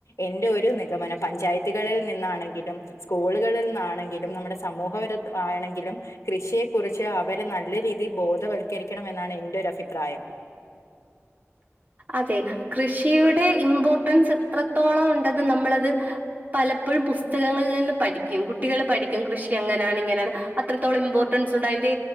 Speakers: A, on the left (about 85°); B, on the right (about 35°).
A: എന്റെ ഒരു നിഗ മനം പഞ്ചായത്തുകളിൽ നിന്നാണെങ്കിലും സ്കൂളുകളിൽ നിന്നാണെങ്കിലും നമ്മുടെ സമൂഹപരമാണെങ്കിലും കൃഷിയെക്കുറിച്ച് അവരെ നല്ല രീതിയിൽ ബോധവൽക്കരിക്കണം എന്നാണ് എന്റെ ഒരു അഭിപ്രായം
B: അതെ കൃഷിയുടെ ഇമ്പോർട്ടൻസ് എത്രത്തോളം ഉണ്ടന്ന് നമ്മളത് പല പ്പഴും പുസ്തകങ്ങളിൽ നിന്ന് പഠിക്കും കുട്ടികള് പഠിക്കും കൃഷി അങ്ങനാണ് ഇങ്ങനാണ് അത്രത്തോളം ഇമ്പോർട്ടൻസുണ്ടയിന്